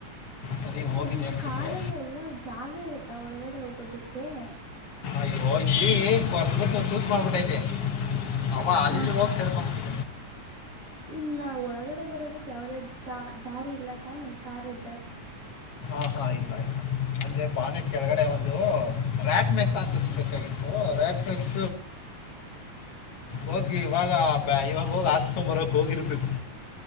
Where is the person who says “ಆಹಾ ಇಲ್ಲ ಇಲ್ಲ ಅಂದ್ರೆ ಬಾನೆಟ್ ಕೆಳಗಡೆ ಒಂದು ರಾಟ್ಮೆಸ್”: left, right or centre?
Left